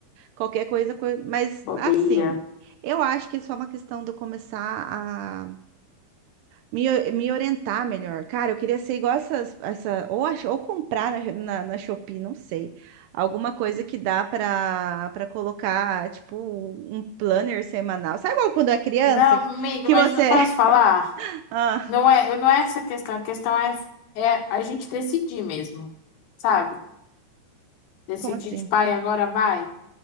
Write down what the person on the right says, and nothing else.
qualquer coisa, coi- mas
assim, eu acho que é só uma questão de eu começar me, o- me orientar melhor. Cara, eu queria ser igual essas, essa, ou, ach- ou comprar na, na, na Shopee, não sei. Alguma coisa que dá para para colocar, tipo, um planner semanal. Sabe igual quando é criança
que,
que
você.
<laughs> Ah,
como assim?